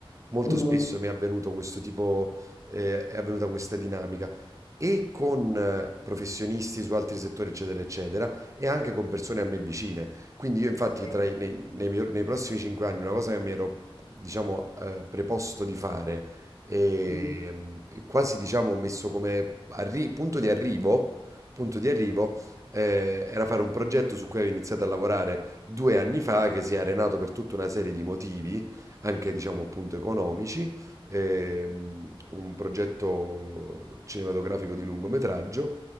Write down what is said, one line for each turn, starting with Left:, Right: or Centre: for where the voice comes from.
Right: Molto
Left: Mhm.
Right: spesso mi è avvenuto questo tipo, eh, è avvenuta questa dinamica e con eh, professionisti su altri settori, eccetera, eccetera, e anche con persone a me vicine. Quindi io infatti
Left: Sì.
Right: tra i- nei, nei mio- nei prossimi cinque anni una cosa che mi ero, diciamo, eh, preposto di fare e
Left: Mhm.
Right: mm, quasi, diciamo, messo come arri- punto di arrivo, punto di arrivo, eh, era fare un progetto su cui avevo iniziato a lavorare due anni fa, che si è arenato per tutta una serie di motivi, anche diciamo appunto economici, ehm, un progetto cinematografico di lungometraggio